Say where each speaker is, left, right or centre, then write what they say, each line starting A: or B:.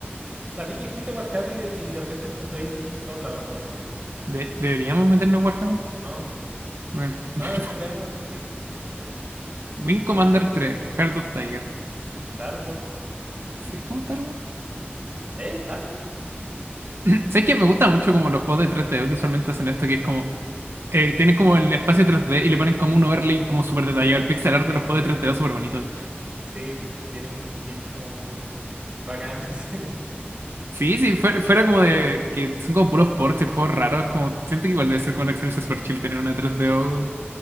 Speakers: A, on the right; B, on the right.
A: Sabí que existe Warhammer y, y de repente lo encontráis en todos lados, Warhammer.
B: de- ¿Deberíamos meternos Warhammer?
A: No,
B: Bueno.
A: no,
B: <laughs>
A: de hecho veamos el que sigue. P-
B: Wing Commander
A: ¿No?
B: 3, Heart of Tiger.
A: Star Wars.
B: Sí, ¿Cómo Star Wars?
A: ¿Es Star Wars?
B: <clears throat> ¿Sabes que Me gusta mucho como los juegos de 3DO que usualmente hacen esto, que es como eh, tienes como el espacio tres d y le ponen como un overlay como súper detallado. El pixel art
A: Sí.
B: de los juegos de tres d es súper bonito.
A: Sí, t- tiene un feel como bacán. <laughs> Sí,
B: Sí, sí, fuera, fuera como de que son como puros ports y juegos raros. Como, siento que igual debe ser como una experiencia súper chill tener una tres d o-